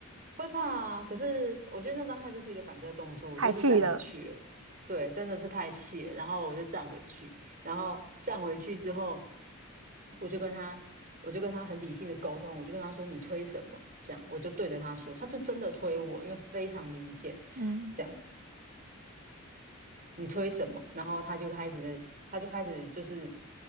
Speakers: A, on the right; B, on the right.
A: 会怕啊，可是我觉得那当下就是一个反射动作，我就是站回去了。
B: 太气了，
A: 对，真的是太气了，然后我就站回去，然后站回去之后，我就跟他，我就跟他很理性的沟通，我就跟他说你推什么，这样，我就对着他说，他是真的推我，因为非常明显。
B: 嗯，
A: 这样。你推什么？然后他就开始的，他就开始就是